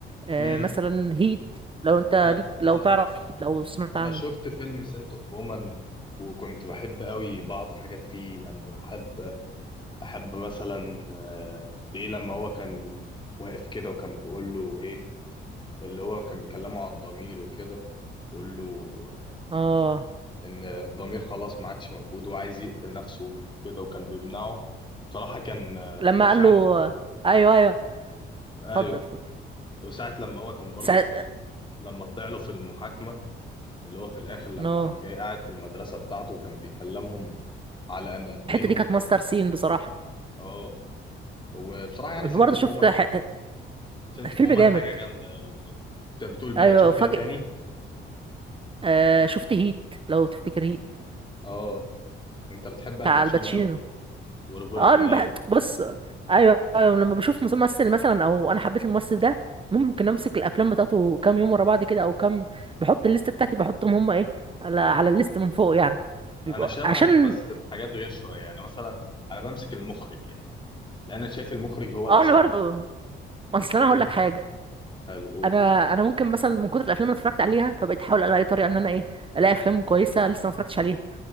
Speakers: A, on the right; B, on the left.
A: آه،
B: امم
A: مثلا هيت لو انت
B: انا
A: ليك لو
B: انا
A: تعرف هيت لو سمعت
B: انا
A: عنه
B: شفت فيلم سنت اوف وومن وكنت بحب قوي بعض حاجات فيه يعني بحب بحب مثلا آه، قد ايه لما هو كان واقف كده وكان بيقول له ايه اللي هو كان بيكلمه على الضمير وكده بيقول له
A: اه
B: ان الضمير خلاص ما عادش موجود وعايز يقتل نفسه كده وكان بيمنعه بصراحة كان آه،
A: لما
B: وساعة
A: قال له ايوه ايوه
B: ايوه
A: اتفضل اتفضل
B: وساعة لما هو كان برضه
A: سع...
B: في ال... لما طلع له في المحاكمة اللي هو في الاخر لما
A: نو
B: قام جاي قاعد في المدرسة بتاعته وكان بيكلمهم على ان قد
A: الحته
B: ايه هو
A: دي كانت ماستر سين بصراحه
B: اه وبصراحة يعني سنت
A: برضه
B: اوف
A: شفت
B: وومن
A: ح...
B: سنت
A: فيلم
B: اوف وومن
A: جامد
B: حاجة جامدة قوي اه انت بتقول بقى
A: ايوه
B: شفت
A: فجأة
B: ايه تاني
A: آه شفت هيت لو تفتكر هيت
B: اه انت بتحب الباتشينو
A: بتاع الباتشينو
B: قوي بقى وروبرت
A: اه
B: دونيرو
A: أنا بح... بص ايوه ايوه لما بشوف ممثل مثلا او انا حبيت الممثل ده ممكن امسك الافلام بتاعته كام يوم ورا بعض كده او كام بحط الليست بتاعتي بحطهم هم ايه على على الليست من فوق يعني
B: انا شبهك
A: عشان
B: بس في حاجات غير شويه يعني مثلا انا بمسك المخرج يعني لان انا شايف المخرج هو الاساس
A: اه انا برضه اصل انا
B: فاهمني
A: هقول لك حاجه
B: حلو قول
A: انا انا ممكن مثلا من كتر الافلام اللي اتفرجت عليها فبقيت احاول الاقي طريقه ان انا ايه الاقي افلام كويسه لسه ما اتفرجتش عليها